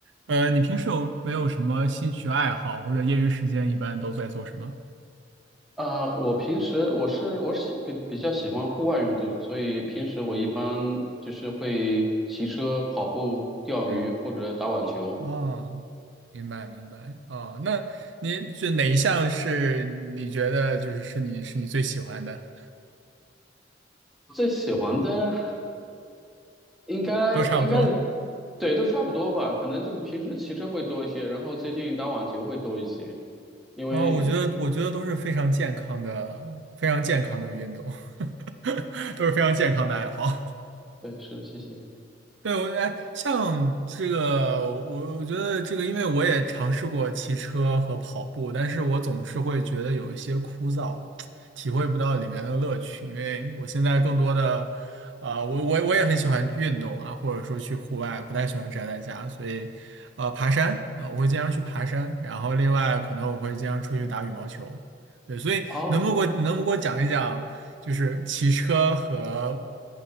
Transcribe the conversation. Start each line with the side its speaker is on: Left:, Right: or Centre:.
Right: 呃，你平时有没有什么兴趣爱好，或者业余时间一般都在做什么？
Centre: 呃，我平时我是我喜比比较喜欢户外运动，所以平时我一般就是会骑车、跑步、钓鱼或者打网球。
Right: 嗯，哦，明白明白，哦，那您这哪一项是你觉得就是是你是你最喜欢的？
Centre: 最喜欢的应该应该是
Right: 都差不多。
Centre: 对，都差不多吧，可能就是平时骑车会多一些，然后最近打网球会多一些，因为
Right: 哦，我觉得我觉得都是非常健康的，非常健康的运动，<laughs> 都是非常健康的爱好。
Centre: 对是谢谢
Right: 对，我哎，像这个，我我觉得这个，因为我也尝试过骑车和跑步，但是我总是会觉得有一些枯燥，体会不到里面的乐趣。因为我现在更多的，呃，我我我也很喜欢运动啊，或者说去户外，不太喜欢宅在家，所以，呃，爬山啊，呃我会经常去爬山，然后另外可能我会经常出去打羽毛球。对，所以能不能给我能不能给我讲一讲？
Centre: 哦。
Right: 就是骑车和